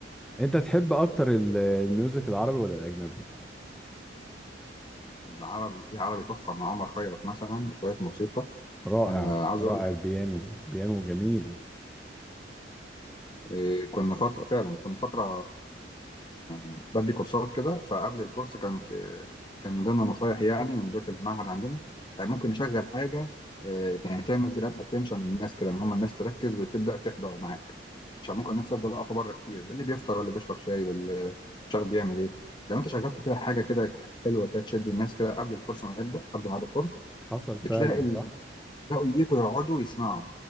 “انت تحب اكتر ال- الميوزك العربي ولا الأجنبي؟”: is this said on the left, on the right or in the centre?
Centre